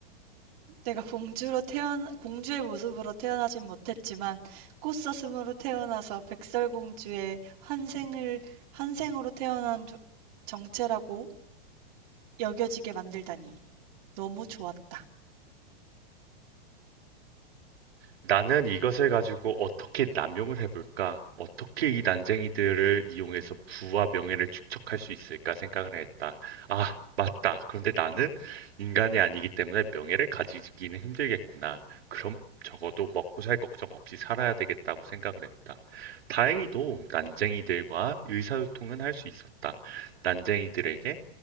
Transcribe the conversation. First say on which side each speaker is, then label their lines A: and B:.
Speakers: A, on the right (about 40°); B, on the right (about 85°).
A: 내가 공주로 태어나 공주의 모습으로 태어나진 못했지만 꽃사슴으로 태어나서 백설공주의 환생을 환생으로 태어난 조- 정체라고 여겨지게 만들다니 너무 좋았다.
B: 나는 이것을 가지고 어떻게 남용을 해볼까? 어떻게 이 난쟁이들을 이용해서 부와 명예를 축적할 수 있을까 생각을 했다. 아, 맞다. 그런데 나는 인간이 아니기 때문에 명예를 가지기는 힘들겠구나. 그럼 적어도 먹고 살 걱정 없이 살아야 되겠다고 생각을 했다. 다행히도 난쟁이들과 의사소통은 할 수 있었다. 난쟁이들에게